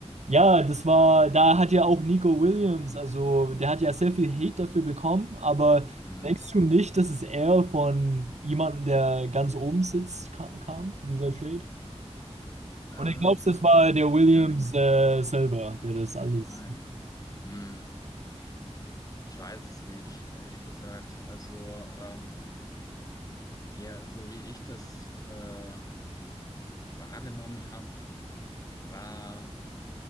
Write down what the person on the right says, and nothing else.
ja,
das war, da hat ja auch Nico Williams, also der hat ja sehr viel Hate dafür bekommen, aber
denkst du nicht, dass es eher von jemandem, der ganz oben sitzt, ka kam, dieser Trade?
Und ich glaube,
das war der Williams
äh, selber, der das alles.